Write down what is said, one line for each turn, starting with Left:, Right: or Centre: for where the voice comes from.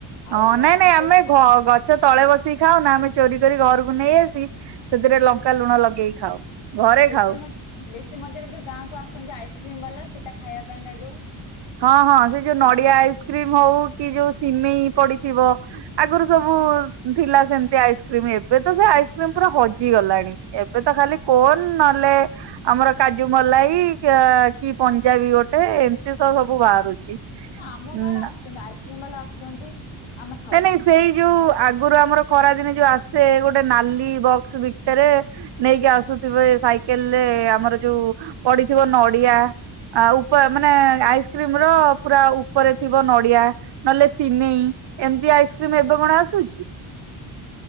Left: ଆଉ
Right: ହଁ ନାଇଁ ନାଇଁ
Left: କୋଉଠି
Right: ଆମେ ଘ-ଗ ଗଛ ତଳେ ବସିକି ଖାଉ ନା ଆମେ ଚୋରି କରି ଘରକୁ ନେଇ ଆସି ସେଥିରେ ଲଙ୍କ କା ଲୁଣ ଲଗେଇକି ଖାଉ ଘରେ
Left: ଆଉ ବେଶୀ
Right: ଖାଉ।
Left: ମ ବେଶୀ ମଜାଟା ଯୋଉ ଗାଁକୁ ଆସୁଛନ୍ତି ଆଇସ୍କ୍ରିମ ବାଲା ସେଟା ଖାଇବା ପାଇଁକା ଯୋଉ?
Right: ହଁ ହଁ ସେ ଯୋଉ ନଡିଆ ଆଇସ୍କ୍ରିମ ହଉ କି ଯୋଉ ସିମେଇ ପଡିଥିବ। ଆଗରୁ ସବୁ ଥିଲା ସେମିତି ଆଇସ୍କ୍ରିମ ଏବେ ତ ସେ ଆଇସ୍କ୍ରିମ ପୁରା ହଜିଗଲାଣି। ଏବେ ତ ଖାଲି କୋନ ନହେଲେ ଆମର କାଜୁ ମଲାଇ କି-କି ପଞ୍ଜାବୀ ଗୋଟେ ଏମତି ତ ସବୁ ବାହାରୁଛି।
Left: ହଁ ଆମ ଗାଁ
Right: ଉଁ
Left: ରେ ଆସୁଛନ୍ତି ଆଇସ୍କ୍ରିମ ବାଲା ଆସୁଛନ୍ତି ଆମେ ଖାଉଛୁ।
Right: ନାଇଁ ନାଇଁ ସେଇ ଯୋଉ ଆଗରୁ ଆମର ଖରାଦିନେ ଯୋଉ ଆସେ ଗୋଟେ ନାଲି ବକ୍ସ ଭିତରେ ନେଇକି ଆସୁଥିବେ ସାଇକେଲରେ ଆମର ଯୋଉ ପଡିଥିବ ନଡିଆ ଆ ଉପ-ମାନେ ଆଇସ୍କ୍ରିମ ର ପୁରା ଉପରେ ଥିବ ନଡିଆ। ନହେଲେ ସିିମେଇ ଏମିତି ଆଇସ୍କ୍ରିମ ଏବେ କଣ ଆସୁଛି?